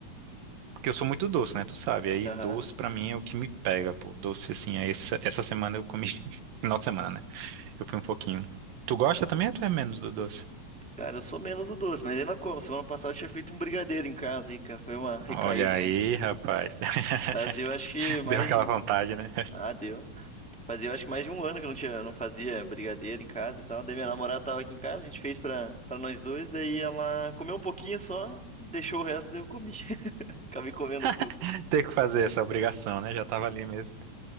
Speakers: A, on the right (about 80°); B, in the centre.
A: Porque eu sou muito doce, né? Tu sabe. Aí
B: Aham.
A: doce pra mim é o que me pega, pô. Doce, assim, aí essa, essa semana eu comi. <laughs> Final de semana, né? Eu fui um pouquinho. Tu gosta também ou tu é menos do doce?
B: Cara, eu sou menos o doce, mas ainda como. Semana passada eu tinha feito um brigadeiro em casa e, cara, foi uma recaída,
A: Olha aí,
B: assim.
A: rapaz. <laughs>
B: Mas eu acho que mais
A: Deu aquela
B: de.
A: vontade, né?
B: Ah, deu. Fazia, eu acho que mais de um ano que eu não tinha, não fazia brigadeiro em casa e tal. Daí minha namorada tava aqui em casa, a gente fez pra, pra nós dois, daí ela comeu um pouquinho só, deixou o resto, daí eu comi. <laughs> Acabei comendo tudo.
A: <laughs> Ter que fazer essa obrigação, né? Já tava ali mesmo.